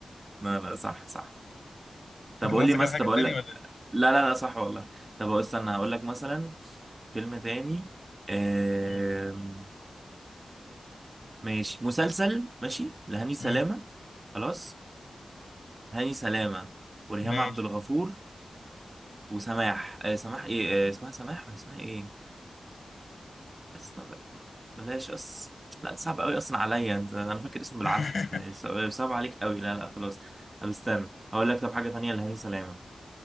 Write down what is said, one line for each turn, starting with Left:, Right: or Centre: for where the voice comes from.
Right: لا لا صح صح
Left: انت
Right: طب
Left: كان
Right: قول
Left: قصدك
Right: لي مثلا
Left: على حاجة
Right: طب
Left: تانية
Right: اقول لك
Left: ولا ايه؟
Right: لا لا لا صح والله طب استنى هقول لك مثلا فيلم تاني آم...
Left: قول.
Right: ماشي مسلسل ماشي لهاني سلامة
Left: مم.
Right: خلاص هاني سلامة وريهام
Left: ماشي
Right: عبد الغفور وسماح آه سماح ايه آه اسمها سماح ولا اسمها ايه اس ما- بقى- بلاش اس لا صعب قوي اصلا عليا انت انا فاكر اسمه بالعافيه
Left: <laughs>
Right: بلاش. صعب عليك قوي لا لا خلاص طب استنى هقول لك طب حاجه تانية لهاني سلامه